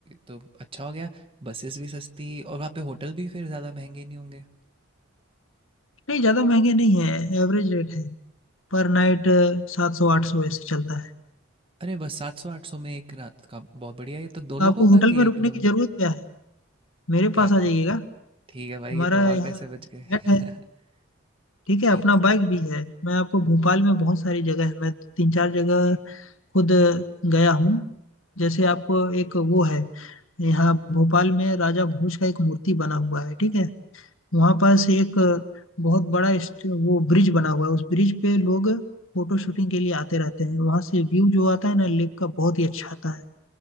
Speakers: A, on the right; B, on the left.
A: तो अच्छा हो गया बसेस भी सस्ती और वहाँ पे होटल भी फिर ज़्यादा महंगे नहीं होंगे
B: नहीं ज्यादा महंगे नहीं है एवरेज रेट है पर नाइट सात सौ आठ सौ ऐसे चलता है
A: अरे बस सात सौ आठ सौ में एक रात का बहुत बढ़िया है ये तो दो
B: तो आपको
A: लोगों
B: होटल
A: का कि
B: में रुकने
A: एक लोगों
B: की जरूरत
A: का
B: क्या है मेरे
A: क्या
B: पास आ
A: बात
B: जाइएगा
A: है ठीक है
B: हमारा
A: भाई ये तो और
B: यहाँ
A: पैसे बच
B: फ्लैट
A: गए
B: है
A: <laughs>
B: ठीक है
A: ठीक
B: अपना बाइक भी है मैं आपको भोपाल में बहुत सारी जगह है मैं तीन चार जगह खुद गया हूँ जैसे आपको एक वो है यहाँ भोपाल में राजा भोज का एक मूर्ति बना हुआ है ठीक है वहां पास एक बहुत बड़ा स्ट- वो ब्रिज बना हुआ है उस ब्रिज पे लोग फोटो शूटिंग के लिए आते रहते हैं वहां से व्यू जो आता है ना लेक का बहुत ही अच्छा आता है